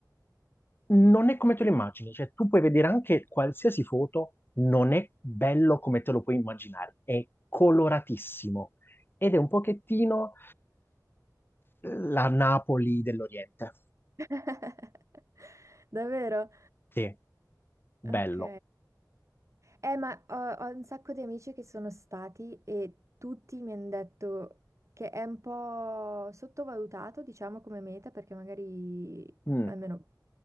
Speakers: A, on the left (about 30°); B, on the right (about 45°).
A: non è come te lo immagini, cioè tu puoi vedere anche qualsiasi foto, non è bello come te lo puoi immaginare, è coloratissimo ed è un pochettino la Napoli dell'Oriente.
B: <laughs> Davvero?
A: Sì, bello.
B: Ok. Eh, ma ho, ho un sacco di amici che sono stati e tutti mi hanno detto che è un po' sottovalutato, diciamo, come meta, perché magari,
A: Mm,
B: almeno